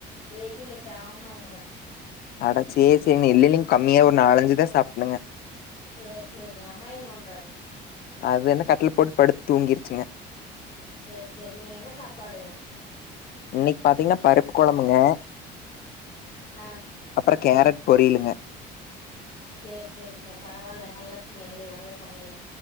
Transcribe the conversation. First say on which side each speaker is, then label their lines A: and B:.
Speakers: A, on the left; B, on the left.
A: வெயிலுக்கு ஆமாங்க
B: அட சேரி செரிங்க இல்ல இல்லங்க கம்மியா ஒரு நாலஞ்சுதா சாப்டேனுங்க
A: சேரி சேரிங்க அம்மா என்ன பண்றாங்க
B: அதென்ன கட்லு போட்டு படுத் தூங்கிருச்சுங்க
A: சேரி சேரி இன்னக்கி என்ன சாப்பாடுங்க
B: இன்னக்கி பாத்தீங்கன்னா பருப்பு கொழம்புங்க
A: ஆ
B: அப்பறோ கேரட் பொரியலுங்க
A: சேரி சேரிங்க பரவால்ல நல்ல சமையல் நல்ல சமையல்